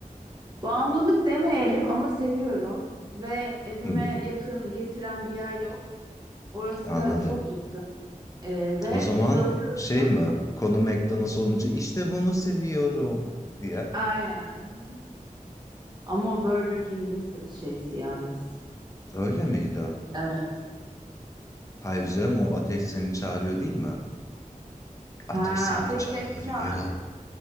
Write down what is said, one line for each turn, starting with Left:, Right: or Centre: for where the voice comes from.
Right: Bağımlılık demeyelim ama seviyorum ve evime
Left: Hı,
Right: yakın getiren bir yer yok. Orası
Left: anladım.
Right: da çok yakın Ee, ve
Left: O zaman
Right: söylüyorsun.
Left: şey mi? Konu McDonald's olunca işte bunu seviyorum diye.
Right: Aynen. Ama o Burger King'in se- şeysi yalnız.
Left: Öyle miydi?
Right: Evet.
Left: Hayır canım o ateş seni çağırıyor değil mi? Ateş
Right: Ha,
Left: seni
Right: Ateş
Left: çağırıyor.
Right: Seni Çağırır.